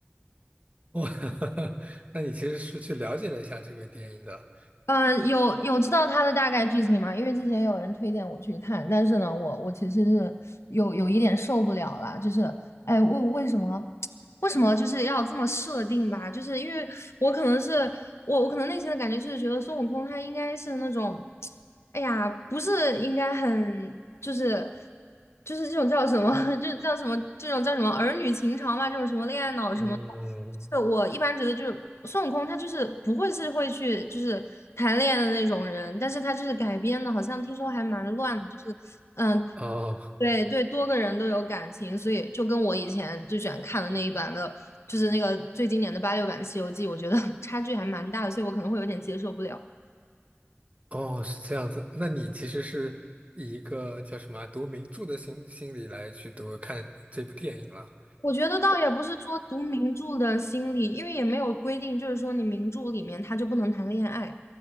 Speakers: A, on the right; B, on the left.
A: 哇，<laughs> 那你其实是去了解了一下这个电影的。
B: <laughs> 嗯，呃有有知道他的大概剧情吗？因为之前有人推荐我去看，但是呢，我我其实是有有一点受不了了，就是哎，为为什么？为什么就是要这么设定吧？就是因为我可能是我，我可能内心的感觉就是觉得孙悟空他应该是那种，哎呀，不是应该很就是就是这种叫什么，<laughs> 就是叫什么这种叫什么儿女情长嘛，这种什么恋爱脑什么的。
A: 嗯，
B: 是我一般觉得就是孙悟空他就是不会是会去就是谈恋爱的那种人，但是他就是改编的，好像听说还蛮乱的，就是嗯。
A: 哦，
B: 对对，多个人都有感情，所以就跟我以前最喜欢看的那一版的，就是那个最经典的八六版《西游记》，我觉得 <laughs> 差距还蛮大的，所以我可能会有点接受不了。
A: 哦，是这样子。那你其实是以一个叫什么啊读名著的心心理来去读看这部电影了。
B: 我觉得倒也不是说读名著的心理，因为也没有规定，就是说你名著里面他就不能谈恋爱。